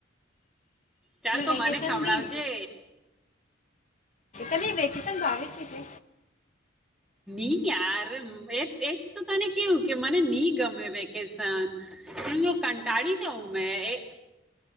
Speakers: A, in the centre; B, on the left.
A: ચાલ તો
B: વેકેશન
A: મને ખવડાવજે.
B: બી એને વેકેશન ભાવ છે કે?
A: ની યાર એજ તો તને કેવું કે મને ની ગમે વેકેશન જો કંટાળી જાવં મે એ